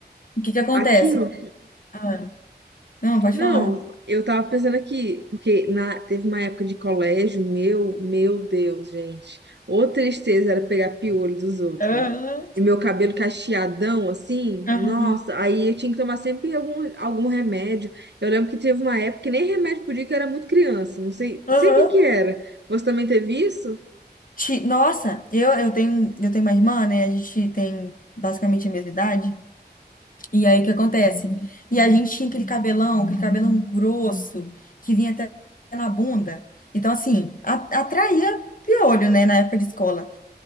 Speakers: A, on the left; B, on the right.
A: O que que acontece?
B: Aquilo?
A: Ah, não, pode
B: Não,
A: falar.
B: eu tava pensando aqui, porque na, teve uma época de colégio, meu, meu Deus, gente. Ô tristeza era pegar piolho dos outros.
A: Aham,
B: E meu cabelo cacheadão, assim,
A: aham,
B: nossa, aí eu tinha que tomar sempre algum, algum remédio. Eu lembro que teve uma época que nem remédio podia, que eu era muito criança, não sei, não
A: aham.
B: sei o que que era. Você também teve isso?
A: Ti- Nossa, eu, eu tenho, eu tenho uma irmã, né? A gente tem basicamente a mesma idade. E aí o que acontece? E a gente tinha aquele cabelão, aquele cabelão grosso, que vinha até na bunda. Então, assim, a- atraía piolho, né? Na época de escola.